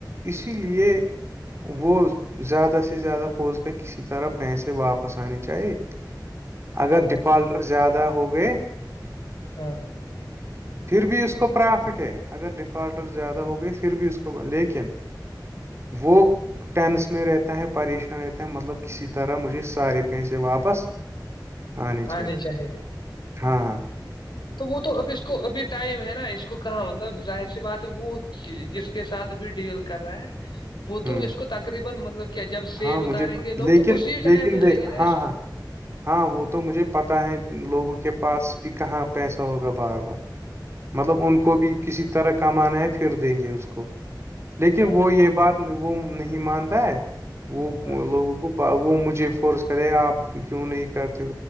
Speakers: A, on the right (about 35°); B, on the left (about 75°).
A: اسی لیے وہ زیادہ سے زیادہ پھوج کا کسی طرح پیسے واپس آنے چاہیے اگر
B: ہاں
A: ڈفالٹر زیادہ ہو گے
B: ہاں
A: پھر بھی اس کو پرافٹ ہے اگر ڈیفالٹر زیادہ ہو گئی پ بھی اس کو ب لیکن وہ ٹینس میں رہتا ہے پریشان رہتا ہے مطلب کسی طرح مجھے سارے پیسے واپس ہاں نہیںچ
B: آنی چاہیے
A: ہاں ہاں
B: تو وہ تو ابھی اس کو ابھی ٹائم ہے نا اس کو کہاں مطلب ظاہر سی بات ہے وہ جس کے ساتھ ابھی ڈیل کر رہا ہے وہ تو
A: ہوں
B: اس کو تقریبا مطلب کیا جب سیب
A: ہاں مجھے
B: اتاریں گے لوگ
A: لیکن
B: تو اسی
A: لیکن
B: ٹائم ملیں
A: دیکھ
B: گے نا
A: ہاں
B: اس
A: ہاں
B: کو
A: ہاں وہ تو مجھے پتاہ ہے لوگوں کے پاس کہ کہاں پیسہ ہوگا بار بار مطلب
B: ہوں
A: ان کو بھی کسی طرح کمان ہے پھر دیں گے اس کو لیکن
B: ہاں
A: وہ یہ بات وہ نہیں مانتا ہے وہ
B: ہاں
A: لوگوں کو وہ مجھے فورس کرے آپ کیوں نہیں کرتے